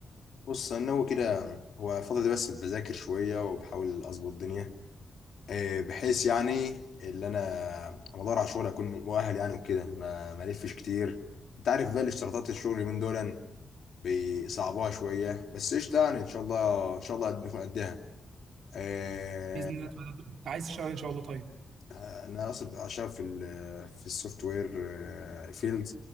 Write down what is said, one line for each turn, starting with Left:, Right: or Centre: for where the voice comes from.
Left: بص انا ناوي كده هو الفترة دي بس بذاكر شوية وبحاول اظبط الدنيا آه، بحيث يعني اللي انا أما ادور على شغل اكون مؤهل يعني وكده ما ما الفش كتير انت عارف بقى الاشتراطات الشغل من دول بيصعبوها شوية بس قشطة يعني ان شاء الله ان شاء الله قد- نكون قدها آه،
Right: باذن الله تعالى. انت عايز تشتغل إيه ان شاء الله طيب
Left: انا اصلا اشتغل في ال- في السوفت وير فيلد